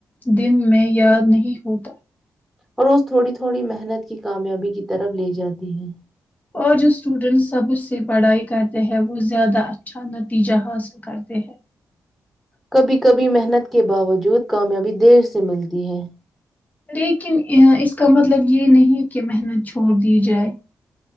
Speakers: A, on the left; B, in the centre.
A: دن میں یاد نہیں ہوتا
B: اور اس تھوڑی تھوڑی محنت کی کامیابی کی طرف لے جاتی ہے
A: اور جو اسٹوڈینٹ سب سے پڑھائی کرتے ہے وہ زیادہ اچھا نتیجہ حاصل کرتے ہیں
B: کبھی کبھی محنت کے باوجود کامیابی دیر سے ملتی ہے
A: لیکن اس کا مطلب یہ نہیں کہ محنت چھوڑ دی جائے